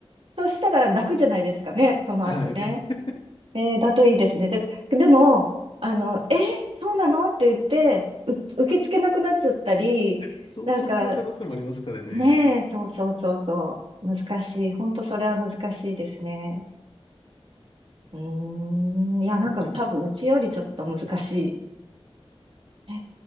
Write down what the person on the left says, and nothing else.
はい。<laughs>
そ、
そっちの可能性もありますからね。
ちょ、